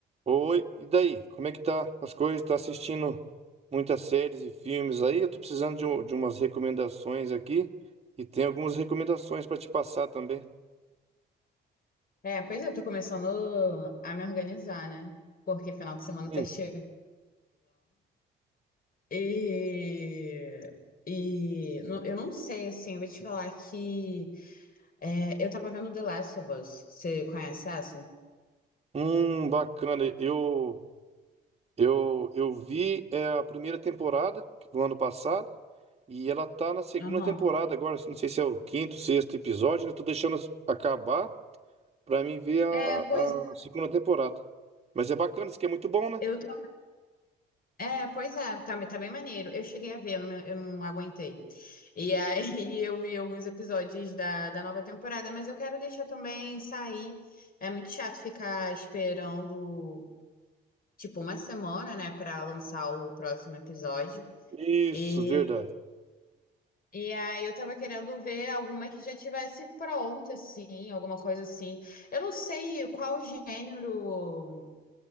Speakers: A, on the right; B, on the left.
A: Oi, e daí? Como é que tá as coisas? Tá assistindo muitas séries e filmes aí? Eu tô precisando de, um- de umas recomendações aqui e tem algumas recomendações pra te passar também.
B: É, pois eu tô começando a me organizar, né? Porque final de semana
A: Hum,
B: tá chegando e... E não- eu não sei, assim, eu vou te falar que é, eu tava vendo The Last of Us. Você conhece essa?
A: hum, bacana. Eu eu eu vi é, a primeira temporada do ano passado e ela tá na segunda
B: Aham.
A: temporada agora. Não sei se é o quinto, sexto episódio. Eu tô deixando as- acabar pra mim ver a,
B: É, pois
A: a segunda temporada. Mas é bacana, isso aqui é muito bom, né?
B: eu tô- é, pois é, tá, tá bem maneiro. Eu cheguei a ver, eu não, me- eu não aguentei. E aí <laughs> eu vi alguns episódios da, da nova temporada, mas eu quero deixar também sair. É muito chato ficar esperando. tipo uma semana, né, para lançar o próximo episódio.
A: Isso,
B: E,
A: verdade.
B: e aí eu tava querendo ver alguma que já tivesse pronta, assim, alguma coisa assim. Eu não sei qual gênero.